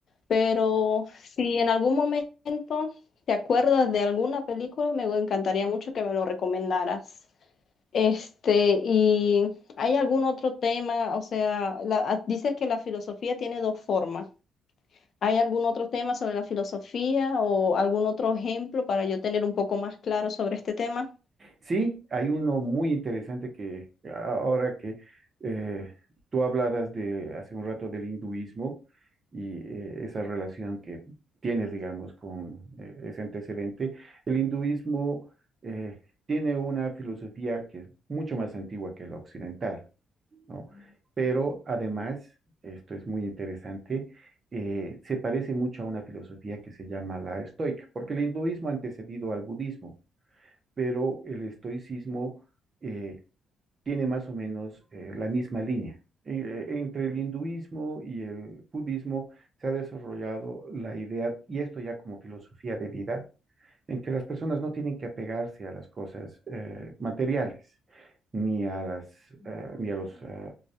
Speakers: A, on the left; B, on the right.
A: Pero si en algún momento te acuerdas de alguna película, me encantaría mucho que me lo recomendaras. Este, ¿y hay algún otro tema? O sea, la- ah, dices que la filosofía tiene dos formas. ¿Hay algún otro tema sobre la filosofía o algún otro ejemplo para yo tener un poco más claro sobre este tema?
B: Sí, hay uno muy interesante que ahora que eh, tú hablabas de hace un rato del hinduismo y eh, esa relación que tienes, digamos, con eh, ese antecedente, el hinduismo eh, tiene una filosofía que es mucho más antigua que la occidental, ¿no? Pero además, esto es muy interesante, eh, se parece mucho a una filosofía que se llama la estoica, porque el hinduismo ha antecedido al budismo pero el estoicismo eh, tiene más o menos eh, la misma línea. E- entre el hinduismo y el budismo se ha desarrollado la idea, y esto ya como filosofía de vida, en que las personas no tienen que apegarse a las cosas eh, materiales, ni a las, eh, ni a los, eh,